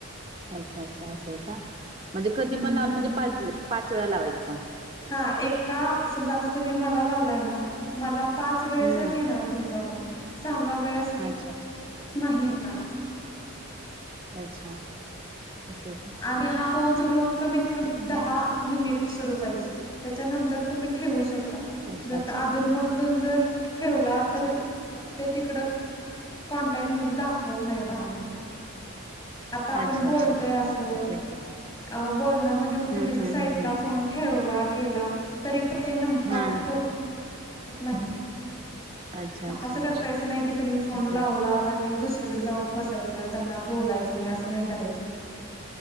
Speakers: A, on the right; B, on the left.
A: अच्छा अच्छा असं आहे का म्हणजे कधी
B: हम्म
A: पण लावलं म्हणजे पाच पाच वेळा लावायचं
B: हा एका समजा आता तुम्ही मला लावलाय ना मला पाच वेळेसच
A: हम्म हम्म.
B: येणार तुमचा फोन सहावा वेळेस
A: अच्छा अच्छा
B: नाही येणार
A: अच्छा असं आहे का
B: आणि हा फोन सुरु कमीत कमी दहा मिनिट सुरू पाहिजे त्याच्यानंतर तुम्ही ठेवू शकता
A: अच्छा
B: जर
A: अच्छा
B: अधून मधून जर ठेवला
A: अच्छा
B: तर ते तिकड कॉनटॅक्ट मध्ये दाखवत नाही दहा मिनिट आता आपण
A: अच्छा
B: बोलतोय
A: अच्छा
B: अस आओ
A: असं आहे का
B: बोलण्यामध्ये
A: हम्म
B: तुम्ही जर
A: हम्म
B: साईटला
A: हम्म हम्म
B: फोन ठेवला केला तरी पण ते नमकाउंट
A: हा
B: होत होत नाहीत
A: अच्छा
B: मग
A: अच्छा
B: असं करारायचं नाही की तुम्ही
A: असं
B: फोन
A: आहे
B: लावलात
A: का
B: त्यांनी दुसरीकडे जाऊन बसायचं त्यांना बोलायचं नाही असं नाही करायचं